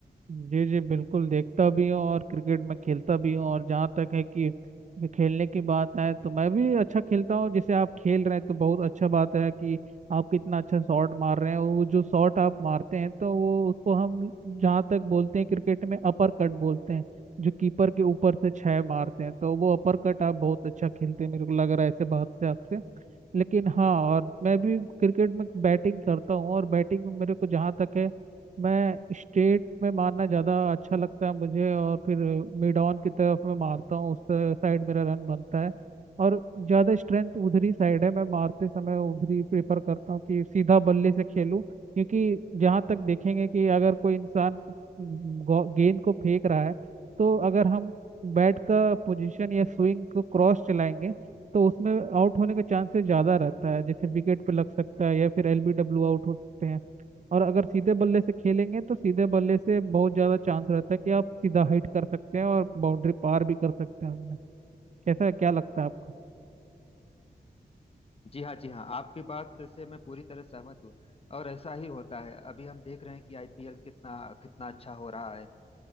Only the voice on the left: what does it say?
जी हाँ जी हाँ आपकी बात से मैं पूरी तरह सहमत हूँ और ऐसा ही होता है अभी हम देख रहे हैं कि आईपीएल कितना कितना अच्छा हो रहा है